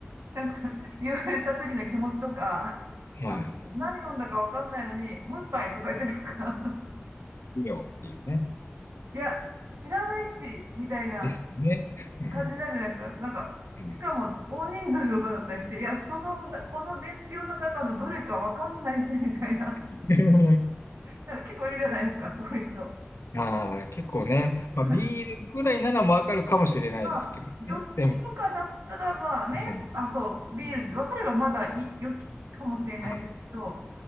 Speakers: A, on the right; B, on the left.
A: なんか <laughs> 言われた時の気持ちとか、
B: は
A: あと、何飲んだかわかんないのに、もう一杯とか言ってなんか
B: い。うんいいよっていうね。
A: いや、知らないし、みたいな
B: ですね。うん。
A: 感じなんじゃないですか。なんか、
B: うん
A: しかも大人数とかだったりして、いや、そのな、この伝票の中のどれかわかんないし、<laughs> みたいな。
B: <laughs>
A: なんか結構いるじゃないですか、そういう人。
B: ああ、結構ね。まあ、
A: <laughs>
B: ビールぐらいならわかるかもしれないですけどね。
A: まあ、ジョッキとかだったら、
B: でも、
A: まあね、
B: うん、
A: あ、そう、ビールって分かればまだいい、
B: うん、
A: 良きかもしれないですけど、
B: はい、